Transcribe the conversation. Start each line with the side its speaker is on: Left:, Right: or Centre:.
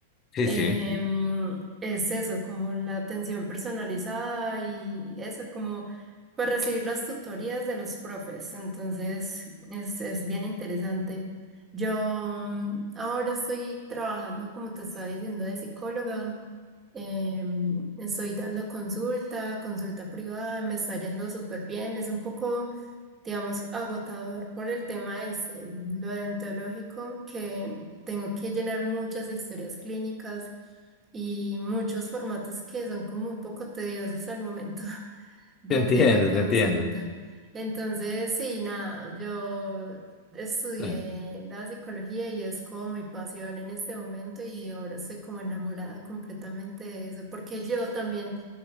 Left: Sí,
Right: em,
Left: sí,
Right: es eso, como la atención personalizada y eso, como pues recibir las tutorías de los profes. Entonces, es, es bien interesante. Yo mm, ahora estoy trabajando, como te estaba diciendo, de psicóloga. Em, estoy dando consulta, consulta privada, me está yendo súper bien. Es un poco digamos, agotador por el tema es lo dentológico, que tengo que llenar muchas historias clínicas y muchos formatos que son como un poco tediosos al momento <laughs> de
Left: te entiendo,
Right: hacer la consulta.
Left: te entiendo,
Right: Entonces, sí, nada, yo estudié
Left: eh,
Right: la psicología y es como mi pasión en este momento y ahora estoy como enamorada completamente de eso, porque yo también